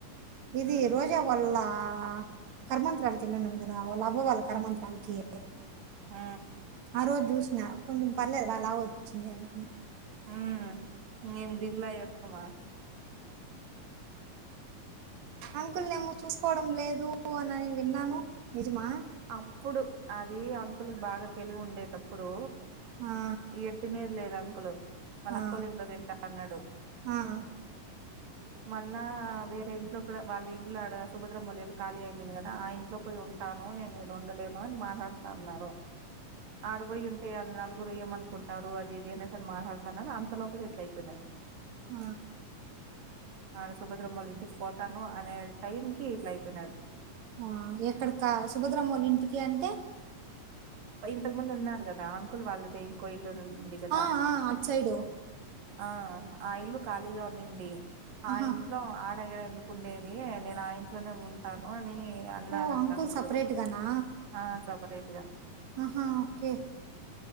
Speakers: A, on the right; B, on the right.
A: ఇది
B: ఉమ్
A: రోజా వల్ల ఆ కర్మంతరాలకి వెళ్లినం కదా, ఆ వాళ్ళ అవ్వవాలు కర్మంతరాలకి
B: ఆ
A: ఆ రోజు జూసిన కొంచెం పర్లేదు వలా వచ్చింది అనుకున్
B: ఉమ్ మేం దిగులా చేస్తమా
A: అంకుల్ నేమో చూస్ కోవడం లేదు అనని విన్నాను నిజమా?
B: అప్పుడు అది అంకులుకి బాగా తెలివి ఉండేటప్పుడు
A: ఆ
B: ఏం తినేద్ లేదు అంకులు మలక్కోలింట్లో
A: ఆ
B: తింటా అన్నాడు.
A: ఆ
B: మళ్ళా వేరే ఇంట్లో కూడా, వాళ్ళ ఇంట్లో ఆడ సుభద్ర మౌల్యలు కాలీ అయిపోయింది కదా ఆ ఇంట్లో పోయి ఉంటా ను నేను ఇడ ఉండలేను అని మాట్లాడుతా అన్నారు, ఆడ పోయి ఉంటే అ నలుగురు యేమనుకుంట టారు అది ఏదైనా సరె మాట్లాడుతాన అంత లోపలే ఇట్ల అయిపోయినాడు.
A: ఆ
B: ఆడ సుభద్రమ్మోలింటికి పోతాను అనే టైం కి ఇట్లా అయిపోయినాడు.
A: ఆ ఎక్కడకా సుభద్రమ్మోలింటికి అంటే?
B: ఇంతకు ముందు ఉన్నారు కదా అంకుల్ వాళ్ళది. కోయిల్ లోనే ఉంది కదా.
A: ఆ ఆ అటు సైడు
B: ఆ ఆ ఇల్లు ఖాళీగా ఉండింది,
A: ఆహా
B: ఆ ఇంట్లో ఆడగ ఎందుకుండేది నేను ఆ ఇంట్లోనే ఉంటాను ని అన్నాడంట
A: ఓ అంకుల్
B: అంకులు
A: సపరేట్గానా
B: ఆ సపరేట్
A: ఆహా ఓకే